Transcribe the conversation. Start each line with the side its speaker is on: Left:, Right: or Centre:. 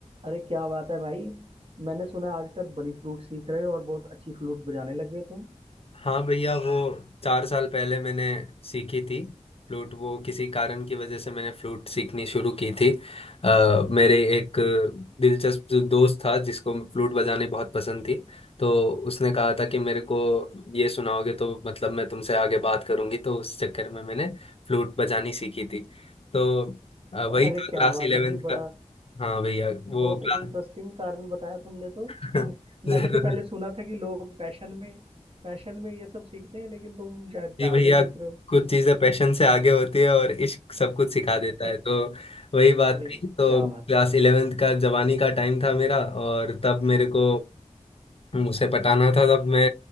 Right: अरे क्या बात है भाई मैंने सुना है आजकल बड़ी फ्लूट सीख रहे हो और बहुत अच्छी फ्लूट बजाने लगे हो तुम
Left: हाँ भैया वो चार साल पहले मैंने सीखी थी फ्लूट वो किसी कारण की वजह से मैंने फ्लूट सीखनी शुरू की थी अ, मेरे एक दिलचस्प जो दोस्त था जिसको फ्लूट बजानी बहुत पसंद थी तो उसने कहा था कि मेरे को ये सुनाओगे तो मतलब मैं तुमसे आगे बात करूंगी तो उस चक्कर में मैंने फ्लूट बजानी सीखी थी तो अ, वही
Right: अरे
Left: था
Right: क्या
Left: क्लास
Right: बात
Left: इलेवेंथ
Right: है भाई बड़ा
Left: का हाँ भैया वो
Right: बहुत इंटरेस्टिंग
Left: क्लास
Right: कारण बताया तुमने तो
Left: <laughs>
Right: <laughs>
Left: जरूर
Right: मैंने तो पहले सुना था कि लोग पैशन में पैशन में ये सब सीखते हैं लेकिन तुम शायद प्यार
Left: जी भैया
Right: में सीख रहे हो
Left: कुछ चीजें पैशन से आगे होती है और इश्क सब कुछ सिखा देता
Right: <laughs>
Left: है तो वही बात
Right: अरे
Left: थी तो
Right: क्या बात
Left: क्लास
Right: है
Left: इलेवेंथ का जवानी का टाइम था मेरा और तब मेरे को उसे पटाना था तब मैं